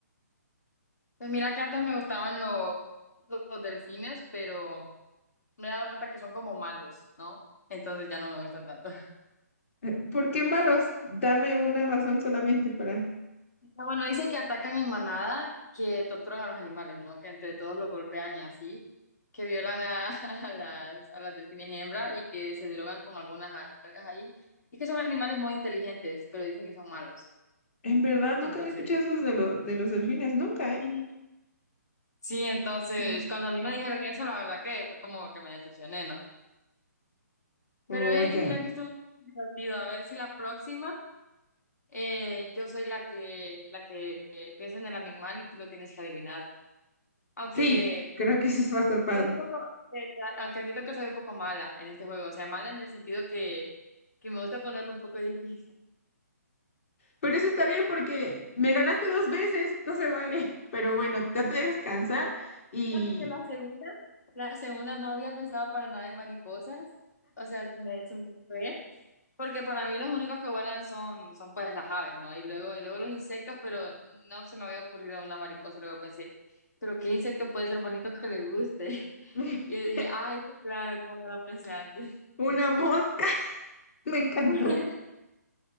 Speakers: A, on the left (about 70°); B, on the left (about 50°).
A: Pues mira que antes me gustaban lo- lo- los delfines, pero me he dado cuenta que son como malos, ¿no? Entonces ya no me gustan tanto. <laughs>
B: Eh, ¿Por qué malos? Dame una razón solamente para...
A: Ah, Bueno, dice que atacan en manada, que torturan a los animales, ¿no? Que entre todos los golpean y así, que violan a, <laughs> a las, a las delfines hembra y que se drogan con algunas algas ahí. Y que son animales muy inteligentes, pero dicen que son malos.
B: En verdad, nunca
A: Entonces,
B: había escuchado esos de, los de los delfines, nunca,
A: <laughs>
B: ¿eh?
A: sí, entonces,
B: Mm.
A: cuando a mí me dijeron eso, la verdad que fue como que me decepcioné, ¿no? Pero
B: Oh,
A: hey,
B: ya.
A: mira que estuvo divertido. A ver si la próxima eh, yo soy la que la que eh, piensa en el animal y tú lo tienes que adivinar. Aunque
B: Sí, creo que eso va a estar padre.
A: soy un poco, eh, aunque admito que soy un poco mala en este juego. O sea, mala en el sentido que, que me gusta ponerlo un poco difícil.
B: Pero eso está bien porque me ganaste dos veces, no se vale. Pero bueno, te dejo descansar
A: <laughs>
B: y
A: Fíjate que la segunda, la segunda no había pensado para nada en mariposas. O sea, se me, se me fue. Porque para mí los únicos que vuelan son, son pues las aves, ¿no? Y luego, y luego los insectos, pero no se me había ocurrido una mariposa. Y luego pensé, pero ¿qué insecto puede ser bonito que le guste? <laughs>
B: <laughs>
A: Y yo dije, ay, pues claro, ¿cómo no lo pensé antes?
B: una mosca, <laughs> me encantó.
A: <laughs>